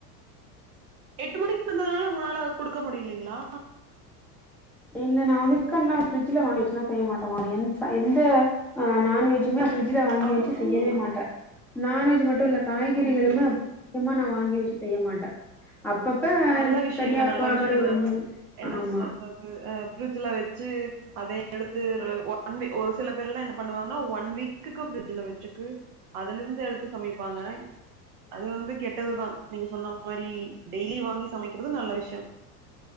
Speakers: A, on the right (about 45°); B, in the centre.
A: எட்டு மணிக்கு தந்ததுனால உங்கனால குடுக்க முடியலலைங்களா
B: இல்ல நா வந்து சிக்கன்ல்லா பிரிட்ஜில வாங்கி வச்சுன்னா செய்ய மாட்டேம்மா எந்த எந்த ஆ நான்வெஜ்ஜுமே பிரிட்ஜில வாங்கி
A: ஆமாங்க
B: வச்சு செய்யவே
A: ஆமாங்க ஆமா
B: மாட்டே நான்வெஜ் மட்டு இல்ல காய்கறிகளுமே
A: ம்
B: முக்கியமா நா வாங்கி வச்சு செய்ய மாட்டே அப்பப்ப
A: நல்ல விஷயங்க
B: சரியா
A: நல்ல
B: போற
A: விஷயங்க
B: மாரி ஒரு மூணு
A: என்ன
B: ஆமா
A: சொல்ற து ப்ரிட்ஜில வச்சு அதே எடு த்து ஒரு சில பேர்லா என்ன பண்ணுவாங்கன்னா ஒன் வீக்குக்கு பிரிட்ஜில வச்சுக்கு அதுலருந்து எடுத்து சமைப்பாங்க அது வந்து கெட்டதுதா நீங்க சொன்ன மாரி டெய்லி வாங்கி சமைக்கிறது நல்ல விஷ்யொ